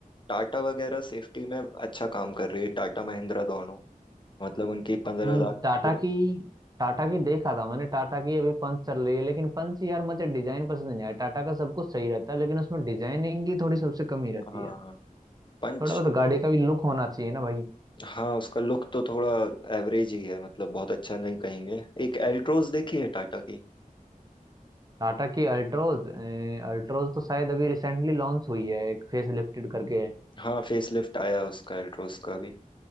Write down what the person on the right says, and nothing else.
हम्म,
टाटा की टाटा की देखा था मैंने टाटा की अभी पंच चल रही है लेकिन पंच यार मुझे डिजाइन पसंद नहीं आया टाटा का सब कुछ सही रहता है लेकिन उसमें डिजाइनिंग की थोड़ी सबसे कमी रहती
है यार
थोड़ा बहुत गाड़ी का भी लुक होना चाहिए ना भाई
टाटा की अल्ट्रोज अल्ट्रोज तो शायद अभी रिसेंटली लॉन्च हुई है एक फेस लिफ्टेड करके है